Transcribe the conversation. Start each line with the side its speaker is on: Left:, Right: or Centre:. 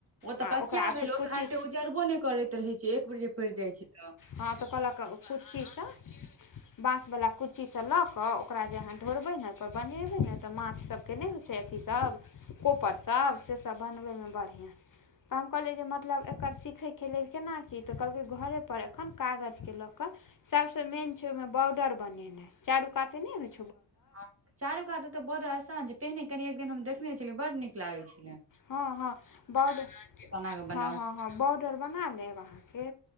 Right: ओ त
Left: आ
Right: पकिया
Left: ओकरा अथी
Right: भेल, ओ
Left: कुच्ची
Right: तऽ एते उजरबो नहि करैत रहै छै, एक बेर जे परि जाइ छै त
Left: हां त कहलके कुची से, बांसवला कुची से ल क ओकरा जे अहा ढोरबै ने त बनेबै ने त माछ सबके नहि होइ छै अथी सब कोपर सब, से सब बनबय मे बढ़ियां, त हम कहलियै जे मतलब एकर सीखय के लेल केना कि, त कहलकै घरे पर पर एखन कागज के ल क, सबसे मेन छै ओहि मे बॉर्डर बनेनाइ, चारू काते नै होय छै
Right: हं, चारु कात त बार्डर असान छै, पहिने कनी एक दिन हम देखने छलियै बड नीक लागै छै।
Left: हां हां, बड
Right: बना कऽ बनाउ
Left: हां हां हां बॉर्डर बना लेब अहां के